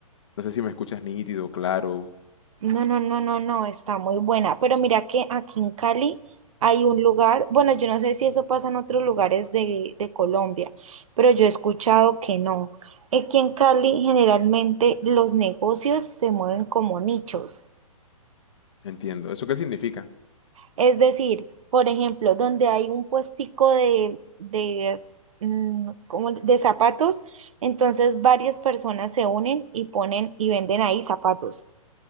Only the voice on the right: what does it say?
No, no, no, no, no, está muy buena. Pero mira que aquí en Cali hay un lugar, bueno, yo no sé si eso pasa en otros lugares de, de Colombia, pero yo he escuchado que no. Aquí en Cali generalmente los negocios se mueven como nichos.
Es decir, por ejemplo, donde hay un puestico de, de, mm, ¿cómo de zapatos, entonces varias personas se unen y ponen y venden ahí zapatos,